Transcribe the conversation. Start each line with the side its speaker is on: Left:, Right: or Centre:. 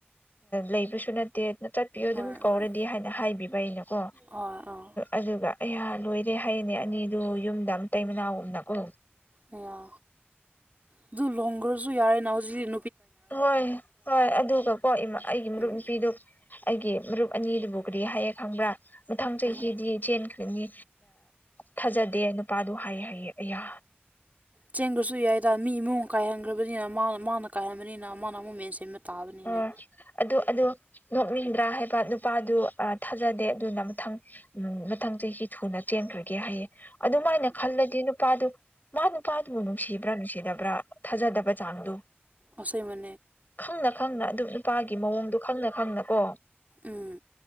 Left: ꯂꯩꯕꯁꯨ ꯅꯠꯇꯦ ꯑꯗꯨꯅ ꯆꯠꯄꯤꯌꯣ ꯑꯗꯨꯝ
Right: ꯍꯣꯏ
Left: ꯀꯧꯔꯗꯤ
Right: ꯍꯣꯏ
Left: ꯍꯥꯏꯅ ꯍꯥꯏꯕꯤꯕ ꯑꯩꯅꯀꯣ
Right: ꯍꯣꯏ ꯑꯥ
Left: ꯑꯗꯨꯒ ꯑꯩꯌꯥ ꯂꯣꯏꯔꯦ ꯍꯥꯏꯌꯦꯅꯦ ꯑꯅꯤꯗꯨ ꯌꯨꯝꯗ ꯃꯇꯩ ꯃꯅꯥꯎ ꯒꯨꯝꯅꯀꯣ
Right: ꯑꯌꯥ ꯑꯗꯨ ꯂꯍꯣꯡꯒ꯭ꯔꯁꯨ ꯌꯥꯔꯦ ꯅ ꯍꯧꯖꯤꯛ
Left: ꯍꯣꯏ ꯍꯣꯏ ꯑꯗꯨꯒꯀꯣ ꯏꯃꯥ ꯑꯩꯒꯤ ꯃꯔꯨꯞ
Right: ꯎꯝ
Left: ꯅꯨꯄꯤꯗꯨ ꯑꯩꯒꯤ ꯃꯔꯨꯞ ꯑꯅꯤꯗꯨꯕꯨ ꯀꯔꯤ ꯍꯥꯏꯌꯦ ꯈꯪꯕ꯭ꯔꯥ ꯃꯊꯪ ꯆꯍꯤꯗꯤ
Right: ꯀꯃꯥꯏ
Left: ꯆꯦꯟ ꯈꯔꯅꯤ ꯊꯥꯖꯗꯦ ꯅꯨꯄꯥꯗꯨ ꯍꯥꯏꯌꯦ ꯍꯥꯏꯌꯦ ꯑꯌꯥ
Right: ꯆꯦꯟꯈ꯭ꯔꯁꯨ ꯌꯥꯏꯗ ꯃꯤ ꯏꯃꯨꯡ ꯀꯥꯏꯍꯟꯈ꯭ꯔꯕꯅꯤꯅ ꯃꯥ ꯃꯥꯅ ꯀꯥꯏꯍꯟꯕꯅꯤꯅ ꯃꯥꯅ ꯑꯃꯨꯛ ꯃꯦꯟ ꯁꯤꯟ ꯇꯥꯕꯅꯤꯅꯦ
Left: ꯑ ꯑꯗꯨ ꯑꯗꯨ ꯅꯣꯛꯅꯤꯡꯗ꯭ꯔꯥ ꯍꯥꯏꯕ ꯅꯨꯄꯥꯗꯨ ꯊꯥꯖꯗꯦ ꯑꯗꯨꯅ ꯃꯊꯪ ꯎꯝ ꯃꯊꯪ ꯆꯍꯤ ꯊꯨꯅ ꯆꯦꯟꯈ꯭ꯔꯒꯦ ꯍꯥꯏꯌꯦꯦ ꯑꯗꯨꯃꯥꯏꯅ ꯈꯜꯂꯗꯤ ꯅꯨꯄꯥꯗꯨ ꯃꯥ ꯅꯨꯄꯥꯗꯨꯕꯨ ꯅꯨꯡꯁꯤꯕ꯭ꯔꯥ ꯅꯨꯡꯁꯤꯗꯕ꯭ꯔꯥ ꯊꯥꯖꯗꯕ ꯆꯥꯡꯗꯨ
Right: ꯑꯁꯣꯏ ꯃ
Left: ꯈꯪꯅ ꯈꯪꯅ ꯑꯗꯨꯝ ꯅꯨꯄꯥꯒꯤ ꯃꯑꯣꯡꯗꯣ ꯈꯪꯅ ꯈꯪꯅ ꯀꯣ
Right: ꯎꯝ